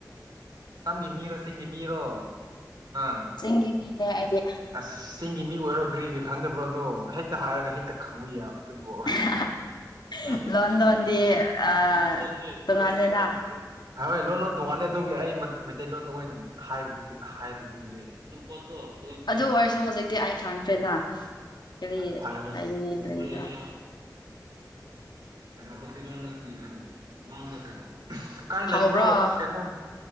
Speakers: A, on the right; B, on the left.
A: ꯇꯝꯒꯤ ꯃꯤꯔꯣꯁꯤꯡꯒꯤ ꯃꯤꯔꯣ ꯅꯪ
B: ꯒꯤ ꯃꯃꯤꯅꯦ ꯍꯥꯏꯗꯤ
A: ꯑꯁ ꯆꯤꯡꯒꯤ ꯃꯤ ꯑꯣꯏꯔꯣ ꯀ꯭ꯔꯤꯒꯦ ꯈꯪꯗꯕ꯭ꯔꯣ ꯑꯗꯣ ꯍꯦꯛꯇ ꯍꯥꯏꯔꯒ ꯍꯦꯛꯇ ꯈꯪꯕ ꯌꯥꯕꯗꯨꯕꯣ
B: <unintelligible>
A: ꯂꯣꯍꯤ
B: ꯂꯣꯟ
A: ꯆꯤꯡꯅꯜ
B: ꯂꯣꯟꯗꯤ ꯑꯥ
A: ꯑꯗꯨꯕꯨ ꯄꯣꯠꯑꯣ
B: ꯇꯣꯉꯥꯜꯂꯦꯅ
A: ꯂꯣ ꯆꯤꯡꯅꯜ ꯍꯣꯏ ꯂꯣꯟ ꯂꯣꯟ ꯇꯣꯡꯉꯥꯂꯦ ꯑꯗꯨꯒꯤ ꯑꯩ ꯃꯩꯇꯩꯂꯣꯟꯗ ꯑꯣꯏꯅ ꯍꯥꯏꯕꯗꯨꯗꯤ ꯍꯥꯏꯔꯤꯗꯨꯗꯤ ꯑꯗꯨ ꯄꯠꯇ ꯑꯣꯏꯣꯏ ꯍꯣꯏ
B: ꯑꯗꯨ ꯑꯣꯏꯔꯁꯨ ꯍꯧꯖꯤꯛꯇꯤ ꯑꯩ ꯈꯪꯈ꯭ꯔꯦꯅ ꯀꯔꯤ
A: ꯐꯔꯗꯤꯌꯥ
B: ꯍꯥꯏꯅꯤꯡꯉꯥꯏ ꯂꯩꯕ꯭ꯔꯥ
A: ꯁꯦꯅꯥꯤ ꯀꯥꯏ
B: ꯍꯥꯎꯕ꯭ꯔꯥ
A: ꯂꯩꯕ꯭ꯔꯣ ꯀꯩꯅꯣ